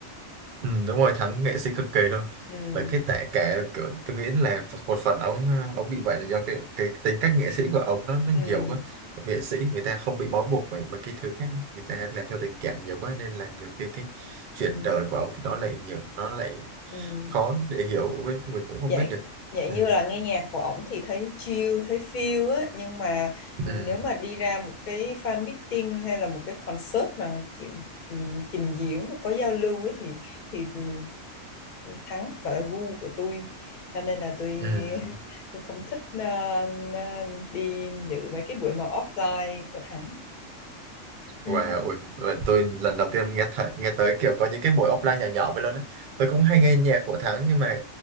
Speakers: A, on the right; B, on the left.
A: Ừ, đúng rồi thắng nghệ sĩ cực kỳ luôn
B: ừ
A: tại cái tại cả kiểu tôi nghĩ là một phần ông ông bị vậy là do cái cái tính cách nghệ sĩ của ông nó nó
B: ừ
A: nhiều quá nghệ sĩ người ta không bị bó buộc bởi mấy cái thứ khác người ta làm theo tình cảm nhiều quá nên là nhiều khi cái chuyện
B: ừ
A: đời của ông nó lại nhiều nó lại
B: ừ
A: khó để hiểu với mình cũng không
B: dạng
A: biết được
B: dạng
A: ừ.
B: như là nghe nhạc của ổng thì thấy chill thấy feel á nhưng mà ừ,
A: Ừ.
B: nếu mà đi ra một cái fan meeting hay là một cái concert mà chịu ừ, trình diễn có giao lưu ấy thì thì ừ, thắng không phải là gu của tôi cho nên là tôi
A: Ừ.
B: tôi không thích ờ, ờ, đi dự mấy cái buổi mà offline của thắng ừ
A: Wow, ui, vậy tôi lần đầu tiên nghe thấy, nghe tới kiểu có những cái buổi offline nhỏ nhỏ vậy luôn á. Tôi cũng hay nghe nhạc của Thắng nhưng mà